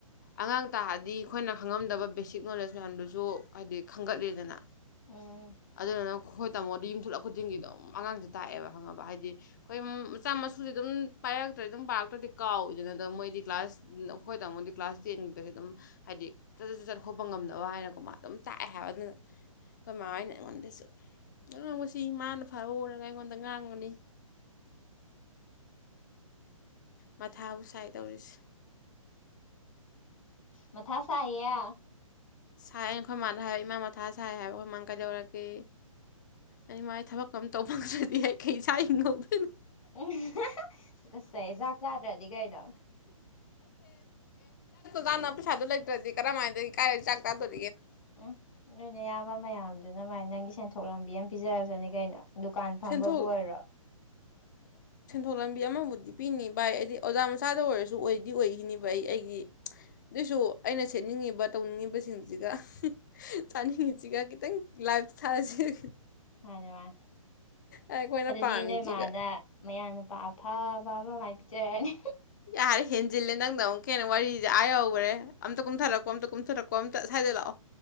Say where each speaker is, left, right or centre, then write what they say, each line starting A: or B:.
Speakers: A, on the left (about 35°); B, on the left (about 70°).
A: ꯑꯉꯥꯡ ꯇꯥꯛꯑꯗꯤ ꯑꯩꯈꯣꯏꯅ ꯈꯪꯉꯝꯗꯕ ꯕꯦꯁꯤꯛ ꯅꯣꯂꯦꯖ ꯃꯌꯥꯝꯗꯨꯁꯨ ꯍꯥꯏꯗꯤ ꯈꯟꯒꯠꯂꯤꯗꯅ
B: ꯎꯝ
A: ꯑꯗꯨꯗꯨꯅ ꯑꯩꯈꯣꯏ ꯇꯥꯃꯣꯗꯤ ꯌꯨꯝꯊꯣꯛꯂꯛ ꯈꯨꯗꯤꯡꯒꯤ ꯑꯗꯨꯝ ꯑꯉꯥꯡꯁꯦ ꯇꯥꯛꯑꯦꯕ ꯈꯪꯉꯕ ꯍꯥꯏꯗꯤ ꯑꯩꯈꯣꯏ ꯃꯆꯥ ꯃꯁꯨꯁꯦ ꯑꯗꯨꯝ ꯄꯥꯏꯔꯛꯇ꯭ꯔꯗꯤ ꯑꯗꯨꯝ ꯄꯥꯔꯛꯇ꯭ꯔꯗꯤ ꯀꯥꯎꯏꯗꯅ ꯑꯗꯨꯝ ꯃꯣꯏꯗꯤ ꯀ꯭ꯂꯥꯁ ꯑꯩꯈꯣꯏ ꯇꯥꯃꯣꯗꯤ ꯀ꯭ꯂꯥꯁ ꯇꯦꯟꯒꯤꯗꯁꯨ ꯑꯗꯨꯝ ꯍꯥꯏꯗꯤ ꯆꯠꯖꯠ ꯆꯠꯖꯠ ꯈꯣꯠꯄ ꯉꯝꯅꯕ ꯍꯥꯏꯅꯀꯣ ꯃꯥ ꯑꯗꯨꯝ ꯇꯥꯛꯑꯦ ꯍꯥꯏꯕ ꯑꯗꯨꯅ ꯑꯩꯈꯣꯏ ꯃꯥꯃꯅ <unintelligible> ꯁꯤ ꯃꯥꯅ ꯐꯕ ꯎꯔꯒ ꯑꯩꯉꯣꯟꯗ ꯉꯥꯡꯒꯅꯤ ꯃꯊꯥꯕꯨ ꯁꯥꯏ ꯇꯧꯔꯤꯁꯦ
B: ꯃꯊꯥꯥꯁꯥꯏꯌꯦ
A: ꯁꯥꯏ ꯑꯩꯈꯣꯏ ꯃꯥꯗ ꯍꯥꯏꯕ ꯏꯃꯥ ꯃꯊꯥ ꯁꯥꯏ ꯍꯥꯏꯕ ꯑꯩꯈꯣꯏ ꯃꯥꯥꯅ ꯀꯩꯗꯧꯔꯛꯒꯦ ꯑꯩ ꯏꯃꯥꯏ ꯊꯕꯛꯀꯝ ꯇꯧ ꯐꯪꯗ꯭ꯔꯗꯤ ꯑꯩ ꯀꯩ ꯆꯔꯥ ꯍꯤꯡꯍꯧꯗꯨꯏꯅꯣ
B: ꯎꯝ ꯇꯨꯒꯠꯆꯩꯍꯦ ꯆꯥꯛ ꯆꯥꯗ꯭ꯔꯗꯤ ꯀꯩꯅꯣ
A: ꯖꯥꯅ ꯄꯩꯁꯥꯗꯨꯣ ꯂꯩꯇ꯭ꯔꯗꯤ ꯀꯔꯝꯃꯥꯏꯗꯩꯩ ꯆꯥꯛꯇꯣ ꯗꯨꯏꯅꯣ
B: ꯎꯝ ꯅꯣꯏ ꯅꯌꯥꯝꯕ ꯃꯌꯥꯝꯗꯨꯅ ꯃꯥꯏ ꯅꯪꯒꯤ ꯁꯦꯟꯊꯣꯛ ꯂꯝꯕꯤ ꯑꯃ ꯄꯤꯖꯔꯁꯨꯅꯦ ꯀꯩꯅꯣ ꯗꯨꯀꯥꯟ ꯐꯝꯕꯕꯨ
A: ꯁꯦꯟꯊꯣꯛ
B: ꯑꯣꯏꯔꯣ
A: ꯊꯣꯛꯂꯝꯕꯤ ꯑꯃꯕꯨꯗꯤ ꯄꯤꯅꯤꯡꯕ ꯚꯥꯏ ꯍꯥꯏꯗꯤ ꯑꯣꯖꯥ ꯃꯆꯥꯗ ꯑꯣꯏꯔꯁꯨ ꯑꯣꯏꯗꯤ ꯑꯣꯏꯈꯤꯅꯦꯕ ꯑꯩ ꯑꯩꯒꯤ ꯑꯗꯨꯏꯁꯨ ꯑꯩꯅ ꯁꯦꯠꯅꯤꯡꯉꯤꯕ ꯇꯧꯅꯤꯡꯉꯤꯕꯁꯤꯡꯁꯤꯒ ꯆꯥꯅꯤꯡꯉꯤꯁꯤꯒ ꯈꯤꯇꯪ ꯂꯥꯏꯐ ꯁꯇꯥꯏꯜ
B: ꯃꯥꯅꯦ ꯃꯥꯅꯤ
A: ꯑꯩꯈꯣꯏꯅ
B: ꯑꯗꯨꯗꯤ
A: ꯄꯥꯝꯃꯤꯁꯤꯒ
B: ꯅꯣꯏ ꯃꯅꯥ ꯃꯌꯥꯅꯨ ꯄ ꯑꯐꯕ ꯑꯃ ꯃꯥꯏ ꯄꯤꯖꯔꯛꯅꯤ
A: ꯌꯥꯔꯦ ꯍꯦꯟꯖꯤꯜꯂꯦ ꯅꯪꯅ ꯑꯃꯨꯛꯀꯦꯟꯅ ꯋꯥꯔꯤꯁꯦ ꯑꯥ ꯌꯧꯈ꯭ꯔꯦ ꯑꯝꯊ ꯀꯨꯝꯊꯔꯛꯄꯣ ꯑꯝꯇ ꯀꯨꯝꯊꯔꯛꯄꯣ ꯑꯝꯇ ꯁ꯭ꯋꯥꯏꯗ ꯂꯥꯛꯑꯣ